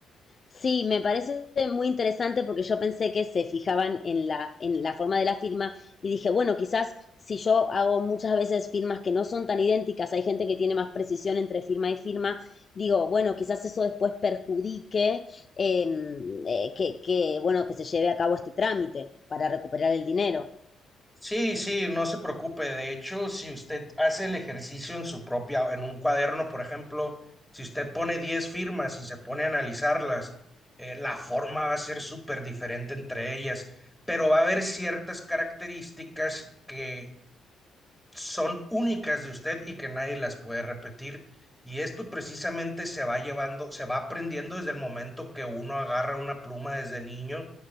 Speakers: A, on the left; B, in the centre.
A: Sí, me parece muy interesante porque yo pensé que se fijaban en la, en la forma de la firma y dije, bueno, quizás si yo hago muchas veces firmas que no son tan idénticas, hay gente que tiene más precisión entre firma y firma, digo, bueno, quizás eso después perjudique eh, eh, que, que, bueno, que se lleve a cabo este trámite para recuperar el dinero.
B: Sí, sí, no se preocupe. De hecho, si usted hace el ejercicio en su propia, en un cuaderno, por ejemplo, si usted pone 10 firmas y se pone a analizarlas, eh, la forma va a ser súper diferente entre ellas, pero va a haber ciertas características que son únicas de usted y que nadie las puede repetir. Y esto precisamente se va llevando, se va aprendiendo desde el momento que uno agarra una pluma desde niño